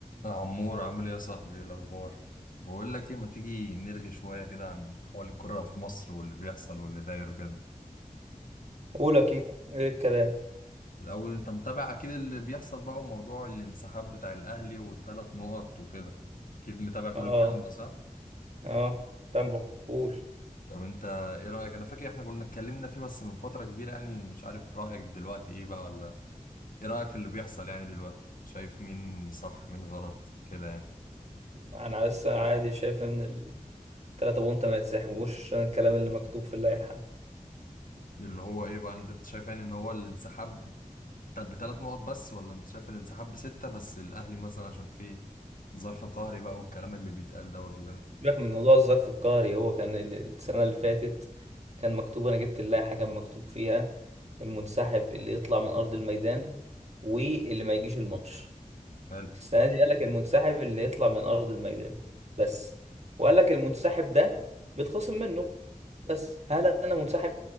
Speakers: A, on the left; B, on the right.
A: يا عمور عامل ايه يا صاحبي ايه الاخبار بقول لك ايه ما تيجي نرغي شويه كده عن احوال الكره في مصر واللي بيحصل واللي داير وكده
B: قول يا كيكو ايه الكلام
A: الاول انت متابع اكيد اللي بيحصل بقى وموضوع الانسحاب بتاع الاهلي والثلاث نقط وكده اكيد متابع كل
B: اه
A: الكلام ده صح
B: اه تمبو قول
A: طب انت ايه رايك انا فاكر احنا كنا اتكلمنا فيه بس من فتره كبيره يعني مش عارف رايك دلوقتي ايه بقى ولا ايه رايك في اللي بيحصل يعني دلوقتي شايف مين صح مين غلط كده يعني
B: انا لسه عادي شايف ان التلاتة بونت ما يتسحبوش عشان الكلام اللي مكتوب في اللائحة
A: اللي هو ايه بقى انت شايف يعني ان هو الانسحاب طب بثلاث نقط بس ولا انت شايف الانسحاب بستة بس الاهلي مثلا عشان في ظرف قهري بقى والكلام اللي بيتقال دوت وكده
B: سيبك من موضوع الظرف القهري هو كان ال- السنة اللي فاتت كان مكتوب انا جبت اللائحة كان مكتوب فيها المنسحب اللي يطلع من ارض الميدان واللي ما يجيش الماتش
A: حلو
B: السنة دي قالك المنسحب اللي يطلع من ارض الميدان بس وقالك المنسحب ده بيتخصم منه بس هل انا منسحب